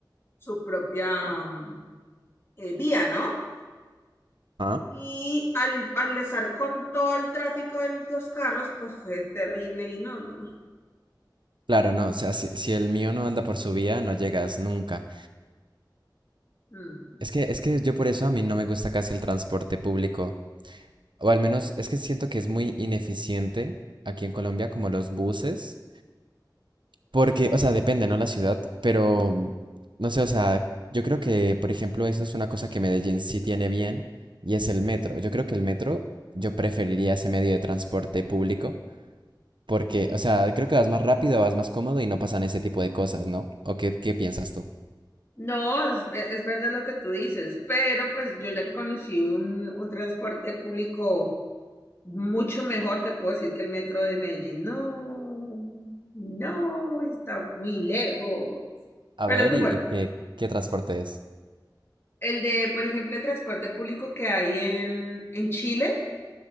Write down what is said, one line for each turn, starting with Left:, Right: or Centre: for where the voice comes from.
Left: su propia, mm, eh, vía, ¿no?
Right: Ah,
Left: Y al, al estar con todo el tráfico de los carros, pues fue terrible y no, no, no.
Right: claro, no, o sea, si, si el mío no anda por su vía, no llegas nunca.
Left: Mm.
Right: Es que, es que yo por eso a mí no me gusta casi el transporte público. O al menos es que siento que es muy ineficiente aquí en Colombia, como los buses. Porque, o sea, depende, ¿no? La ciudad, pero mm, no sé, o sea, yo creo que, por ejemplo, eso es una cosa que Medellín sí tiene bien y es el metro.
Left: Ujú.
Right: Yo creo que el metro, yo preferiría ese medio de transporte público. Porque, o sea, creo que vas más rápido, vas más cómodo y no pasan ese tipo de cosas, ¿no? ¿O qué, qué piensas tú?
Left: No, es, ve- es verdad lo que tú dices, pero pues yo ya que conocí un, un transporte público mucho mejor, te puedo decir que el metro de Medellín, no, no, está muy lejos,
Right: A
Left: pero
Right: ver,
Left: es muy
Right: ¿y,
Left: bueno.
Right: y qué, qué transporte es?
Left: El de, por ejemplo, el transporte público que hay en, en Chile.